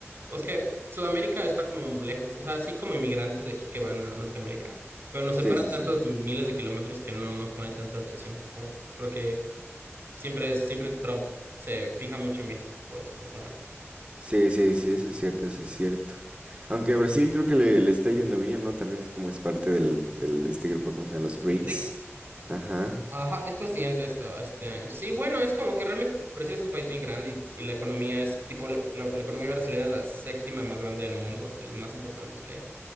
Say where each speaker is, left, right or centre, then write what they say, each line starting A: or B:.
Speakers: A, on the right; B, on the right.
A: es que Sudamérica está como lejos, o sea, así como inmigrantes de aquí que van a Norteamérica, pero nos separan
B: Sí, sí,
A: tantos
B: sí.
A: miles de kilómetros que no nos ponen tanta atención. Co- Creo que siempre, siempre Trump se fija mucho en México, pues, o sea,
B: Sí, sí, sí, eso es cierto, eso es cierto. Aunque a Brasil creo que le, le está yendo bien, ¿no? También es como es parte del, del este grupo, ¿cómo se llama? Los BRICS.
A: el BRICS.
B: Ajá.
A: Ajá, es presidente esta- este año. Sí, bueno, es como que realmente Brasil es un país bien grande y, y la economía es tipo, la, la- la economía brasileña es la séptima más grande del mundo, es de las más importantes que hay.